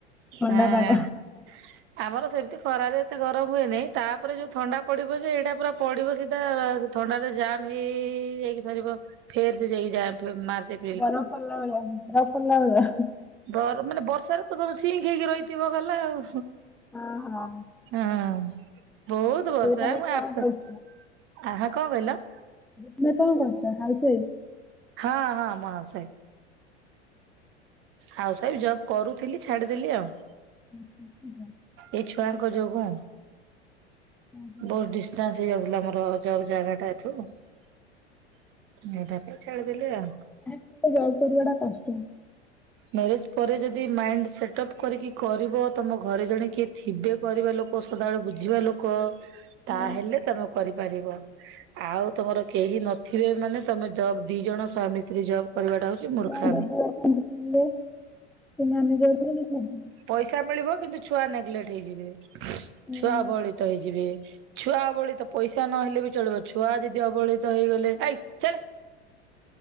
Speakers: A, in the centre; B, on the right.
A: ଥଣ୍ଡା
B: ହାଁ।
A: ପାଗ
B: <inaudible> ଆମର ସେମିତି ଖରାରେ ଏତେ ଗରମ ହୁଏ ନାଇଁ ତାପରେ ଯୋଉ ଥଣ୍ଡା ପଡ଼ିବ ଯେ ହେଟା ପୁରା ପଡ଼ିବ ସିଧା ଥଣ୍ଡା ରେ ତ ଜାମ୍ ହେଇ ହେଇ ହେଇ ହେଇ ଯାଇକି ସରିବ ଫେର୍ ସେ ଯାଇକି ଯାମ୍ <unintelligible> ମାର୍ଚ ଏ
A: ବରଫ୍ ପଡ଼ିଲା ଭଳିଆ ବରଫ ପଡ଼ିଲା ଭଳିଆ।
B: ବର ମାନେ ବର୍ଷାରେ ତ ତମେ ସିଇଁକି ହେଇକି ରହିଥିବ ଗଲା ଆଉ।
A: ଓହୋ
B: ହଁ ବୋହୁତ ବର୍ଷା
A: ଏବେ ତମେ
B: ମୁଁ
A: କଣ
B: ଆଫେ
A: କରୁଛ
B: ଆହା କଣ କହିଲ?
A: <unintelligible> ଦରକାର ହାଉସ ୱାଇଫ?
B: ହଁ ହଁ ମହାଶୟ। ହାଉସ ୱାଇଫ ଜବ କରୁଥିଲି ଛାଡିଦେଲି ଆଉ।
A: <inaudible>
B: ଏଇ ଛୁଆଙ୍କ ଯୋଗୁଁ?
A: ଓହୋ,
B: ବୋହୁତ ଡିଷ୍ଟାନ୍ସ ହେଇଯାଉଥିଲା ଆମର ଜବ୍ ଜାଗା ଟା ଏଠୁ। ଏଇଟା ପାଇଁ ଛାଡ଼ିଦେଲି ଆଉ।
A: ହଁ ତ ଜବ କରିବା ଟା କଷ୍ଟ।
B: ମ୍ୟାରେଜ ପରେ ଯଦି ମାଇଣ୍ଡ ସେଟ୍ଅପ୍ କରିକି କରିବ ତମ ଘରେ ଜଣେ କିଏ ଥିବେ କରିବା ଲୋ କଁ ସଦାବେଳେ ବୁଝିବା ଲୋକ ତାହେଲେ
A: ଅ,
B: ତମେ କରିପାରିବ। ଆଉ ତମର କେହି ନଥିବେ ମାନେ ତମେ ଜବ୍ ଦି ଜଣ ସ୍ୱାମୀ ସ୍ତ୍ରୀ ଜବ୍ କରିବାଟା ହଉଛି ମୂର୍ଖାମି।
A: ମୋ ଦିଦି ଅଛନ୍ତି ସ୍କୁଲ୍ ରେ ସେମାନେ ଯାଇଥିଲେ <unintelligible>
B: ପଇସା ମିଳିବ କିନ୍ତୁ ଛୁଆ ନେଗଲେଟ୍ ହେଇଯିବେ
A: କରିଦେଲେ।
B: ଛୁଆ ଅବହେଳିତ ହେଇଯିବେ। ଛୁଆ ଅବହେଳିତ ପଇସା ନହେଲେ ବି ଚଳିବ ଛୁଆ ଯଦି ଅବହେଳିତ ହେଇଗଲେ ଏଇକ୍ ଚାଲେ। <inaudible>